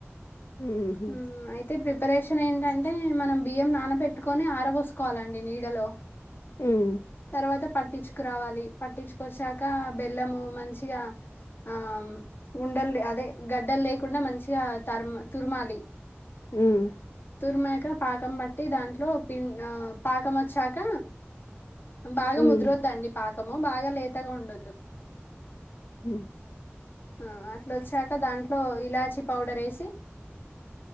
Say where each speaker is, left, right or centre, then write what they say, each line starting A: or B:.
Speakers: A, on the left; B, on the left.
A: ఉహు
B: హ్మ్మ్ అయితే అయితే ప్రిపరేషన్ ఏంటంటే మనం బియ్యం నానబెట్టుకొని ఆరపోసుకోవాలండి నీడలో
A: ఉమ్
B: తర్వాత పట్టించుకురావాలి పట్టించుకొచ్చాక బెల్లము మంచిగా ఆ ఉండలు అదే గడ్డలు లేకుండా మంచిగా తర్మ తురుమాలి
A: హ్మ్మ్
B: తురిమాక పాకం బట్టి దాంట్లో పిండి ఆ పాకం వచ్చాక బాగా
A: ఉమ్
B: ముదరోద్దండి పాక ముక్కము బాగా లేతగా ఉండద్దు
A: హ్మ్మ్
B: ఆ అట్ల వచ్చాక దాంట్లో ఇలాచి పౌడర్ వేసి